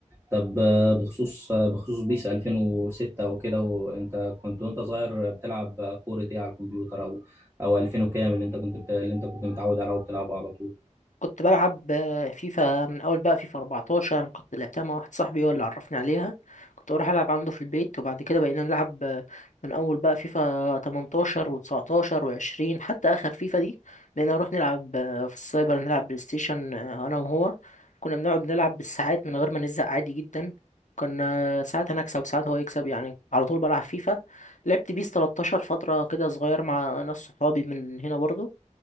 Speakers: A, on the right (about 20°); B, on the left (about 70°).
A: طب بخصوص بخصوص بيس 2006 وكده وانت كنت وانت صغير بتلعب كورة ايه على الكمبيوتر او او 2000 وكام اللي انت كنت بت... اللي انت كنت متعود عليه وبتلعبه على طول
B: كنت بلعب آه، فيفا من اول بقى فيفا 14 كنت لعبتها مع واحد صاحبي هو اللي عرفني عليها كنت بروح العب عنده في البيت وبعد كده بقينا نلعب آه، من اول بقى فيفا 18 و19 و20 حتى اخر فيفا دي بقينا نروح نلعب آه، في السايبر نلعب بلاي ستيشن آه، انا وهو كنا بنقعد نلعب بالساعات من غير ما نزهق عادي جدا كنا ساعات انا اكسب وساعات هو يكسب يعني على طول بلعب فيفا لعبت بيس 13 فترة كده صغير مع ناس صحابي من هنا برضو